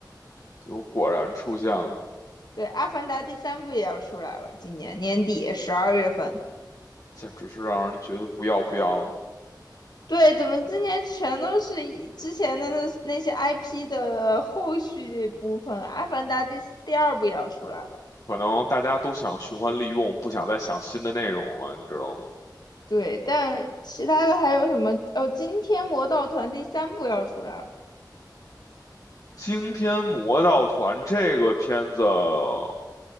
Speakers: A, on the left; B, on the left.
A: 结果果然出现了，
B: 对，《阿凡达》第三部也要出来了，今年年底十二月份。
A: 简直是让人觉得不要不要的。
B: 对，怎么今年全都是以之前的那那些 IP 的后续部分？《阿凡达》第四第二部也要出来了。
A: 可能大家都想循环利用，不想再想新的内容了，你知道吗？
B: 对，但其他的还有什么？哦，今天《魔盗团》第三部要出来了，
A: 《惊天魔盗团》这个片子，呃